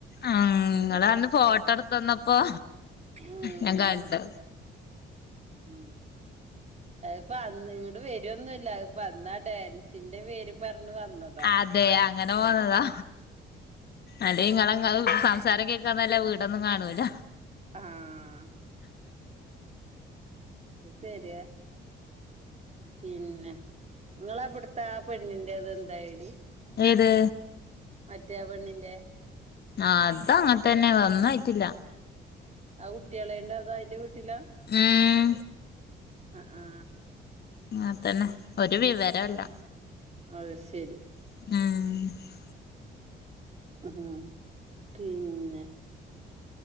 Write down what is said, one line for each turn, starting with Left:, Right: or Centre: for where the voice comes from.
Left: ഉ നിങ്ങ വന്ന് ഫോട്ടോ എടുത്തു വന്നപ്പോ
Right: ഉം
Left: ഞാൻ കണ്ടിട്ട
Right: ഉം അപ്പൊ അ നിങ്ങുടെ പേരൊന്നുമല്ല ഇപ്പ അന്നാ ഡാൻസിന്റെ പേര് പറഞ്ഞഞ് വന്നത്
Left: അതെ അങ്ങനെ പോന്നതാ അല്ലങ്ങളത് സംസാരം കേൾക്കാന്നല്ല വീടൊന്നും കാണൂല
Right: ആഹ് അ ശെരിയാ പിന്നെ. നിങ്ങളവിടു ആ പെണ്ണിന്റെ അത് എന്താായിടി
Left: ഏത്
Right: മറ്റേ പെണ്ണിന്റെ.
Left: ആ അത അങ്ങനത്ത തന്നെ വന്നായിട്ടില്ല.
Right: ആ കുട്ടികളണ്ട അതാ അതിറെ വീട്ടിലാ.
Left: ഉം
Right: ആഹ.
Left: അങ്ങത്തന്നെ ഒരു വിവരല്ല.
Right: അത് ശരി.
Left: ആം.
Right: ഉ ഹും പിന്നെ?